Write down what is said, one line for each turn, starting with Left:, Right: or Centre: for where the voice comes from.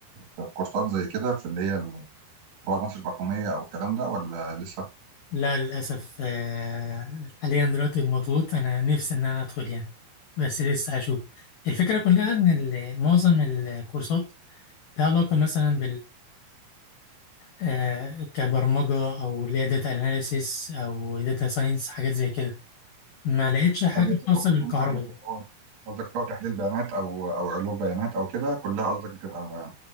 Right: في كورسات زي كده في اللي هي ال- رواد مصر الرقميه او الكلام ده ولا لسه؟
Left: لا للأسف آه، حاليا دلوقتي مضغوط أنا نفسي إن أنا أدخل يعني بس لسه هشوف الفكرة كلها إن ال- معظم الكورسات لها علاقة مثلا آه، كبرمجة أو اللي هي داتا أناليسيس أو داتا ساينس حاجات زي كده ما لقيتش حاجة
Right: قصدك
Left: خاصة بالكهرباء
Right: يعني قصدك هو- قصدك سواء تحليل بيانات او او علوم بيانات او كده كلها قصدك بتبقى